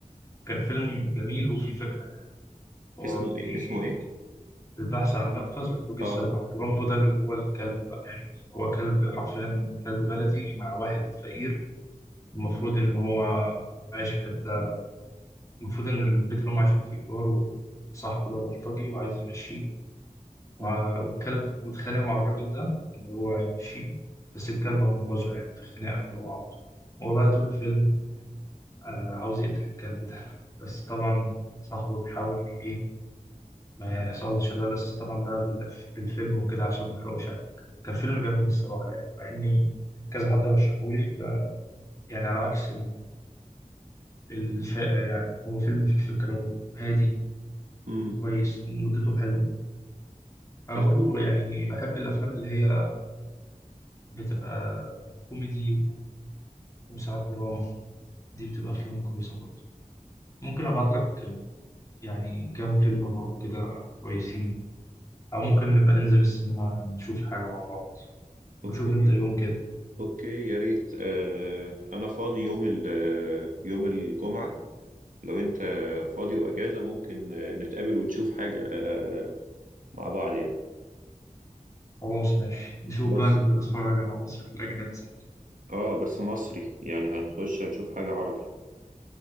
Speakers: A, on the left; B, on the right.
A: كان فيلم
B: مم.
A: جميل وفيه فكرة يعني هو
B: اسمه
A: بي-
B: إيه اسمه إيه؟
A: البحث عن منفذ لخروج السيد
B: آه
A: رامبو رامبو ده اللي هو الكلب بقى يعني هو كلب حرفيا كلب بلدي مع واحد فقير المفروض إن هو عايش في حتة المفروض إن البيت اللي هم عايشين فيه إيجار وصاحبه ده بلطجي وعايز يمشيه وع-
B: مم.
A: والكلب واتخانق مع الراجل ده اللي هو يمشيه بس الكلب أنقذه يعني في الخناقة اللي هو عبده هو بقى طول الفيلم آه، عاوز يقتل الكلب ده <laughs> بس طبعا صاحبه بيحاول إيه ما يحصلش ده بس طبعا بقى بالأف- بالفيلم وكده عشان ما أحرقوش عليك كان فيلم جميل الصراحة يعني مع إني كذا حد رشحهولي ب- يعني على عكس الفاقة يعني هو فيلم فيه فكرة وهادي
B: امم
A: وكويس ومدته حلوة أنا
B: هشوفه
A: برضو يعني بحب الأفلام اللي هي بتبقى كوميدي و- وساعات دراما دي بتبقى أفلام كويسة برضو ممكن أبعت لك يعني كام فيلم برضو كده كويسين أو ممكن نبقى ننزل السينما نشوف حاجة مع بعض نشوف
B: اوكي
A: أنت يوم كده
B: اوكي يا ريت آه انا فاضي يوم ال آه، يوم الجمعة لو انت فاضي واجازة ممكن آه، نتقابل ونشوف حاجة آه مع بعض يعني
A: خلاص ماشي نشوف
B: بس
A: بقى نبقى نتفرج على مصر في الأجنبي ساعتها
B: اه بس مصري يعني هنخش هنشوف حاجة عربي